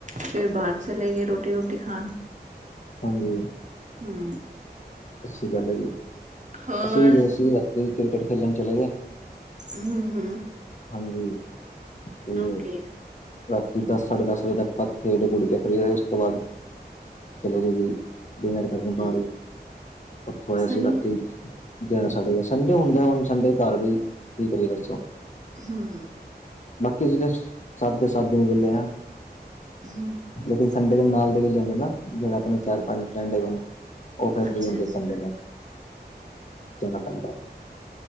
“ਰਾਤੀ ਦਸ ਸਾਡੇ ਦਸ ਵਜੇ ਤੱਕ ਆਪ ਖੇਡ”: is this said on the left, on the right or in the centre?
Left